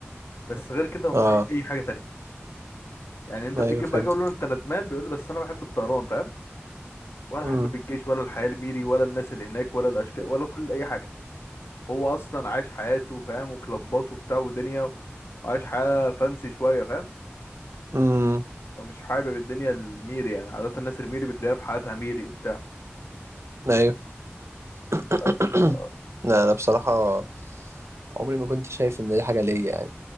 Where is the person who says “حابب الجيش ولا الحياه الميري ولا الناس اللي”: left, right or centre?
Left